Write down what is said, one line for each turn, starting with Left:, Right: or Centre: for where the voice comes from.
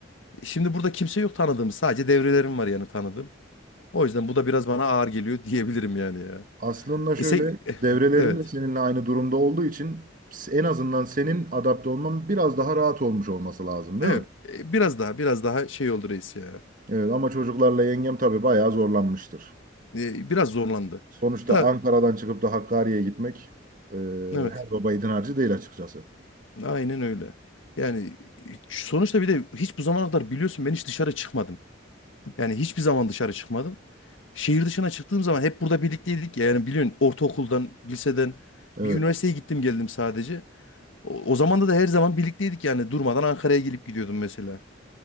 Left: E, Şimdi burada kimse yok tanıdığımız. Sadece devrelerim var yani tanıdığım. O yüzden bu da biraz bana ağır geliyor <laughs> diyebilirim yani ya.
Right: Aslında şöyle
Left: E sen
Right: devrelerin
Left: <laughs> evet.
Right: de seninle aynı durumda olduğu için en azından senin adapte olman biraz daha rahat olmuş olması lazım
Left: Evet.
Right: değil mi?
Left: E, Biraz daha biraz daha şey oldu reis ya.
Right: Evet ama çocuklarla yengem tabii bayağı zorlanmıştır.
Left: E, Biraz zorlandı.
Right: Sonuçta
Left: Da
Right: Ankara'dan çıkıp da Hakkari'ye gitmek e,
Left: evet.
Right: her baba yiğidin harcı değil açıkçası.
Left: Aynen öyle. Yani e, sonuçta bir de hiç bu zamana kadar biliyorsun ben hiç dışarı çıkmadım. Yani hiçbir zaman dışarı çıkmadım. Şehir dışına çıktığım zaman hep burada birlikteydik ya. Yani biliyorsun ortaokuldan, liseden bir
Right: Evet.
Left: üniversiteye gittim geldim sadece. O, o zaman da da her zaman birlikteydik yani durmadan Ankara'ya gelip gidiyordum mesela.